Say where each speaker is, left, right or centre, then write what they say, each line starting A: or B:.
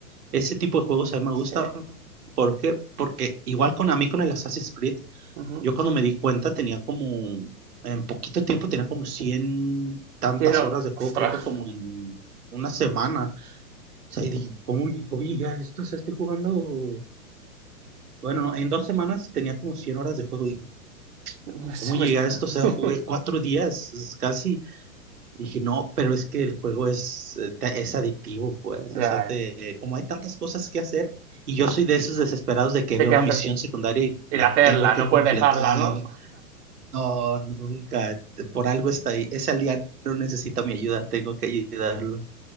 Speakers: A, on the right; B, on the right.
A: Ese tipo de juegos a mí me
B: sí.
A: gustan. ¿Por qué? Porque igual con a mí con el Assassin's Creed,
B: Ujú.
A: yo cuando me di cuenta tenía como, en poquito tiempo tenía como 100 tantas
B: Sí, no,
A: horas de juego,
B: ostras.
A: creo que como en una semana. O sea, y dije, ¿cómo, cómo llegué a esto? O sea, estoy jugando bueno, no, en dos semanas tenía como 100 horas de juego. Dije,
B: <laughs> Se
A: ¿cómo
B: me
A: llegué
B: está-
A: a esto? O sea,
B: <laughs>
A: jugué cuatro días, es casi. Dije, no, pero es que el juego es, eh, te- es adictivo, pues.
B: Ya,
A: O sea, te,
B: ya.
A: como hay tantas cosas que hacer, y yo soy de esos desesperados de que
B: De
A: veo
B: que
A: una
B: hacer
A: misión secundaria y la
B: Y de hacerla,
A: tengo que
B: no
A: completar.
B: puedes dejarla, ¿no?
A: No, nunca. Por algo está ahí. Ese aliado necesita mi ayuda, tengo que ayudarlo.